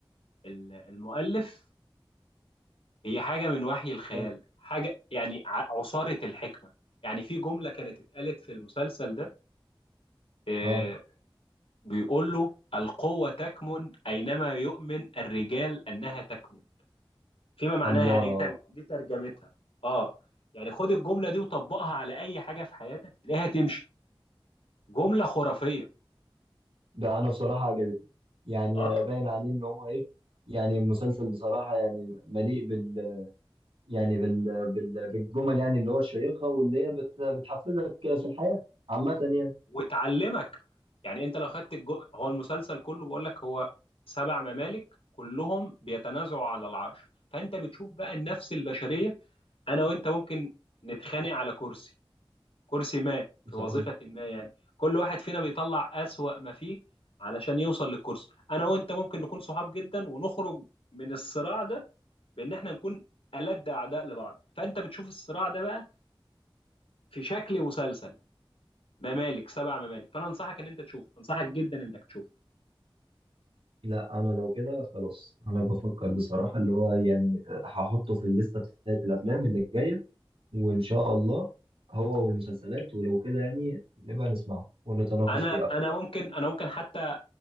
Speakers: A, on the left (about 85°); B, on the right (about 85°).
A: ال- المؤلف هي حاجة من وحي الخيال
B: حلو
A: حاجة يعني ع- عصارة الحكمة يعني في جملة كانت اتقالت في المسلسل ده آه،
B: اه
A: بيقول له القوة تكمن أينما يؤمن الرجال أنها تكمن فيما معناها
B: الله
A: يعني دي, تر... الله دي ترجمتها اه يعني خد الجملة دي وطبقها على أي حاجة في حياتك تلاقيها تمشي جملة خرافية
B: ده انا بصراحه عجبتني يعني
A: اه
B: باين عليه ان هو ايه يعني مسلسل بصراحه يعني مليء بال يعني بال, بال... بالجمل يعني اللي هو الشيقه واللي هي بت... بتحفزك في الحياه عامه يعني
A: وتعلمك يعني أنت لو خدت الج... هو المسلسل كله بيقول لك هو سبع ممالك كلهم بيتنازعوا على العرش فأنت بتشوف بقى النفس البشرية أنا وأنت ممكن نتخانق على كرسي كرسي ما في
B: صحيح
A: وظيفة ما يعني كل واحد فينا بيطلع أسوأ ما فيه علشان يوصل للكرسي أنا وأنت ممكن نكون صحاب جدا ونخرج من الصراع ده بإن إحنا نكون ألد أعداء لبعض فأنت بتشوف الصراع ده بقى في شكل مسلسل ممالك سبع ممالك فأنا أنصحك إن أنت تشوفه أنصحك جدا إنك تشوفه
B: لا انا لو كده خلاص انا بفكر بصراحه اللي هو يعني هحطه في الليسته بتاعت الافلام اللي جايه وان شاء الله هو والمسلسلات ولو كده يعني نبقى نسمعه ونتناقش
A: أنا
B: فيه اكتر
A: أنا ممكن أنا ممكن حتى أ-